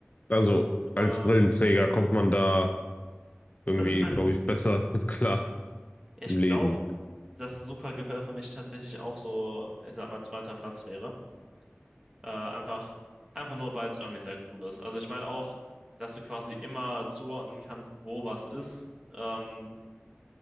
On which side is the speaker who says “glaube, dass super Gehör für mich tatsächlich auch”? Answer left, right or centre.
Right